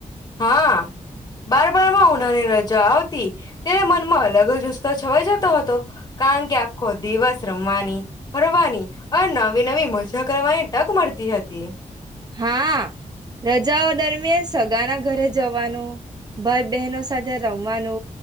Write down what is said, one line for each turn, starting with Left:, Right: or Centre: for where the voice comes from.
Left: હા બારપણમા ઉનારે રજા જાતી તેના મનમા અલગ જ છવાઈ જતો હતો કારણ કે આખો દિવસ રમ વાની ફરવાની અને નવી નવી મજા કરવાની તક મળતી હતી
Right: હા રજાઓ દરમિયાન સગાના ઘરે જવાનુ ભાઈ બહેનો સાથે રમવાનુ